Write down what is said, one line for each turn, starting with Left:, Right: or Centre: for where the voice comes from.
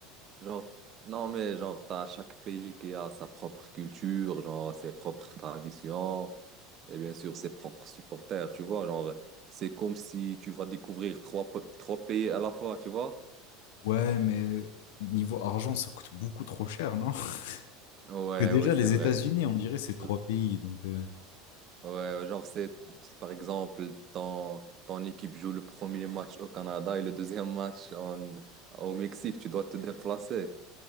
Right: genre, non, mais genre, t'as chaque pays qui a sa propre culture, genre, ses propres traditions, et bien sûr, ses propres supporters, tu vois. Genre, c'est comme si tu vas découvrir trois, pe- trois pays à la fois, tu vois.
Left: Ouais, mais niveau argent, ça coûte beaucoup trop cher, non? Parce
Right: Ouais,
Left: que déjà,
Right: ouais, c'est
Left: les
Right: vrai.
Left: États-Unis, on dirait, c'est trois
Right: Je-
Left: pays, donc... euh,
Right: Ouais, genre, c'est, c'est par exemple, ton, ton équipe joue le premier match au Canada et le deuxième match en, au Mexique, tu dois te déplacer.